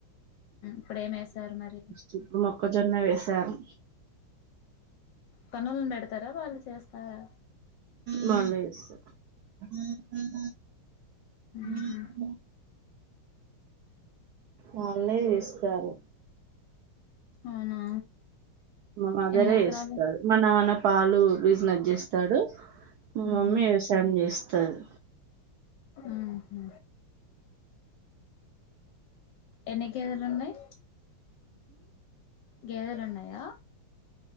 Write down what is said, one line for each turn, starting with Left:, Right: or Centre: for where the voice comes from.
Left: ప్పుడేమేశారు మరి
Right: చెప్పు మొక్కజొన్న వేసారు
Left: పనులను పెడతారా వాళ్ళు చేస్తారా
Right: బళస్త <unintelligible> బ <unintelligible>
Left: ఉహు
Right: వల్లే తీస్తారు
Left: అవునా
Right: మాదరే
Left: ఎన్ని ఎకరాలు
Right: ఇస్తది మా నానప్ప పాలు బిజినెస్ చేస్తాడు మా మమ్మీ
Left: ఉహు
Right: వ్యవసాయం చేస్తాారు
Left: ఉహు ఎన్ని కేజీలు ఉన్నాయి్ గేదలున్నాయా